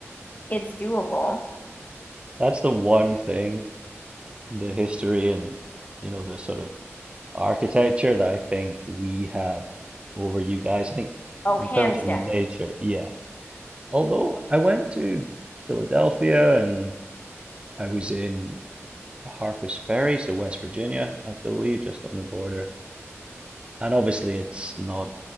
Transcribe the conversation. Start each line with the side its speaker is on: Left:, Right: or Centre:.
Left: it's doable.
Right: That's the one thing, the history and, you know, the sort of architecture that I think we have over you guys. I think
Left: Oh,
Right: in
Left: hands
Right: terms of
Left: down.
Right: nature, yeah. Although I went to Philadelphia and I was in Harpers Ferry, so West Virginia, I believe, just on the border. And obviously, it's not